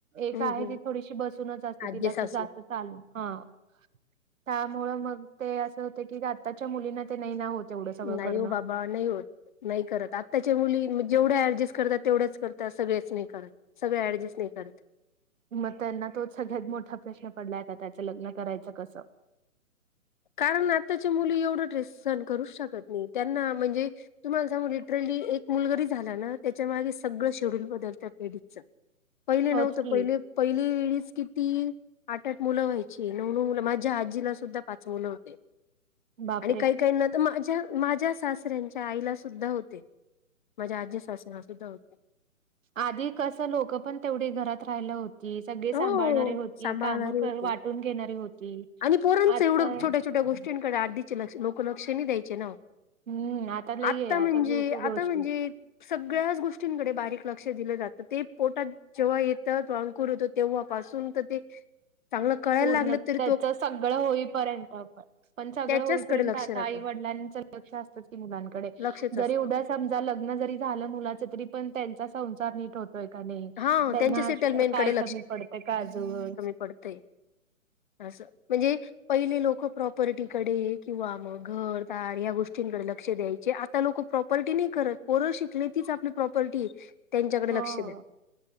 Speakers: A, on the right; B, on the left.
A: एक
B: हं,
A: आहे
B: हं.
A: ती थोडीशी बसवूंनचं असते
B: आज्जे
A: तिलां
B: सासू
A: असं जास्तं चालूं हां. त्यामुळ मग ते असं होते की आत्ताच्या मुलींना ते नाही ना होत. एवढं सगळं
B: नाही
A: करणं
B: वो बाब. बा नाही होत नाही करत आत्ताच्या मुली जेवढ्या ऍडजस्ट करतात तेवढ्याच करतात सगळेच नाही करत. सगळें ऍडजस्ट नाही करत.
A: मग त्यांना तोच सगळ्यात मोठा प्रश्न पडलाय आता त्याच लग्न करायचं कसं?
B: कारण आत्ताच्या मुली एवढं ड्रेस सहण करूच शकत नाही त्यांना म्हणजे. तुम्हाला सांगु लिटरली एक मुल जरी झाल ना त्याच्या मागे सगळं शेड्यूल बदलत लेडिजचं. पहिले
A: होच
B: नव्हतं
A: की
B: पहिले. पहिली लेडीज किती आठ आठ मुलं व्हायची नऊ नऊ माझ्या आजीला सुद्धा. पाच मुलं होते
A: बापरे
B: आणि काही काही ना तर माझ्या माझ्या सासऱ्यांच्या आईला सुद्धा होते. माझ्या आजी सासूना सुद्धा होते.
A: आधी कसं लोक पण तेवढी घरात राहिला होतीत. सगळे सांभाळणारी
B: हो
A: होती
B: सांभाळणारी
A: काम कर
B: होती.
A: वाटून घेणारी होती.
B: आणि पोरांचं
A: आता
B: एवढं छोट्या छोट्या गोष्टींकडे आर्धीचे लक्ष लोक लक्ष नाही द्यायचे ना वो.
A: हम्म लई
B: आता
A: आहे
B: म्हणजे
A: खूप
B: आता
A: गोष्टी
B: म्हणजे सगळ्याच गोष्टींकडे बारीक लक्ष दिलं जात ते पोटात. जेव्हा येतात अंकुर होेतो तेव्हापसून तर ते चांगलं कळायला
A: पूर्ण
B: लागलं तर.
A: त्याच सगळं होईपर्यंत पण. पण सगळं
B: त्याच्याचकडे
A: होईपर्यंत
B: लक्ष
A: आता
B: राहतं
A: आई वडीलांच लक्ष असत की मुलांकडे
B: लक्षच
A: जरी
B: असतं.
A: उद्या. समजा लग्न जरी झालं मुलाच तरी पण संसार नीट होत. य का नाही
B: हा
A: त्यांना
B: त्यांच्या सेटलमेंटकडे
A: आज आजून काय कमी पडतं का अजून.
B: पडतय असं म्हणजे पहिले लोक प्रॉपर्टीकडे किंवा मग घरदार ह गोष्टींकडे लक्ष द्यायचे आ. आत्ता लोक प्रॉपर्टी नाही करत पर शिकले तीच आपली प्रॉपर्टी त्यांच्याकडे
A: हो
B: लक्ष द्या.